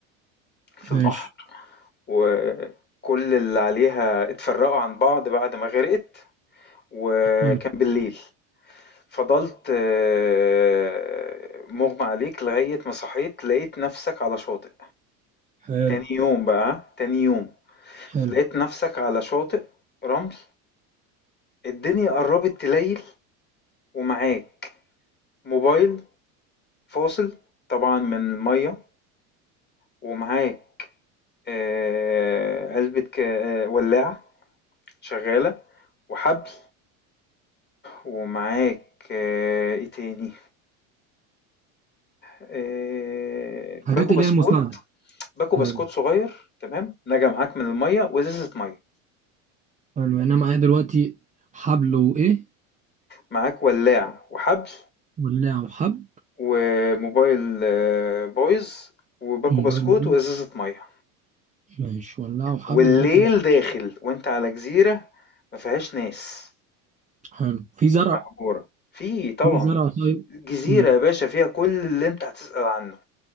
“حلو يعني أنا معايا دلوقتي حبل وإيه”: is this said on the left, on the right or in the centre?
Right